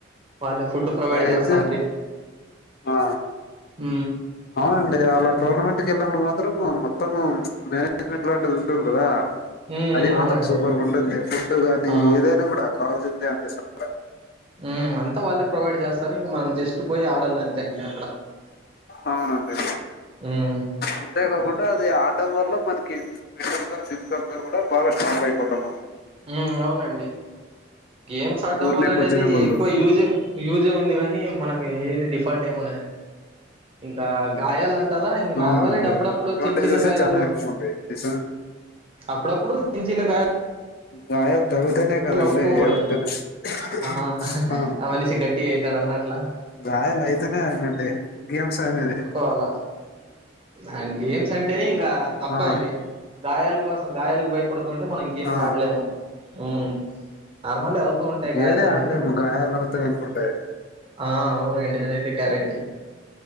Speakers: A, on the right; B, on the left.
A: వాళ్ళే ఫుడ్ ప్రొవైడ్
B: అయితే
A: చేస్తాండీ
B: ఆ
A: ఆ
B: అవునండి అలా టోర్నమెంట్కి వెళ్ళాని మాత్రం మొత్తం మేనేజ్మెంట్ లాంటి ఉంటంది కదా
A: ఉమ్
B: అది
A: ఉమ్
B: మాత్రం
A: అవునండి
B: సూపర్గా
A: అదే
B: ఉంటుంది ఫుడ్ గాని
A: ఆ
B: ఏదైనా కూడా కావాల్సింది. అంతే సఫారు
A: ఉమ్ అంతా వాళ్ళే ప్రొవైడ్ చేస్తారు ఇంకా మనం జస్ట్ పోయి ఆడాలంతే అండి
B: అవునండి
A: ఉమ్
B: అంతే కాకుండా అది ఆ వల్ల మనకి మెంటల్ గా ఫిజికల్ గా కూడా బాగా స్ట్రాంగ్ అయిపోతాం అనమాట
A: ఉ అవునండి గేమ్స్ ఆడడం
B: ఊరినే
A: వల్ల
B: కూర్చునే
A: అనేది
B: వాళ్ళు
A: ఎక్కువ యూజ్ యూజ్ ఉంది కాగానీ మనకి ఏది డిఫాల్ట్ ఏం ఉండదు ఇంకా గాయాలు అంటారా ఇంకా
B: అవునండి
A: నార్మల్ అండి అప్పుడప్పుడు
B: అడ్వాంటేజెస్
A: చిన్న చిన్న గాయాలు
B: చాలా ఎక్కువ ఉండయి డిస
A: అప్పుడుప్పుడు చిన్ చిన్న గాయాలు
B: గాయ తగులుతానే కదండి
A: అవుతూ ఉండకూడదండి
B: ఎవరితోనా
A: ఆహా ఆ మనిషి గట్టిగా అయితాడు అన్నట్లా
B: గాయాల అయితేనే ఆయినంటే గేమ్స్ ఆడేది
A: వాల అండ్ గేమ్స్ అంటేనే ఇంకా తప్పదండి
B: ఆ
A: గాయాల కోసం గాయాలకు భయపడుతూంటే మనం గేమ్స్
B: ఆ
A: ఆడలేము ఉమ్ నార్మల్ అవుతూ ఉంటాయి గాయలు
B: ఏది
A: అనేవి
B: ఆడలేము గాయాలు అవుతాయి అనుకుంటాయి
A: ఆ అవునండి అదైతే గ్యారెంటే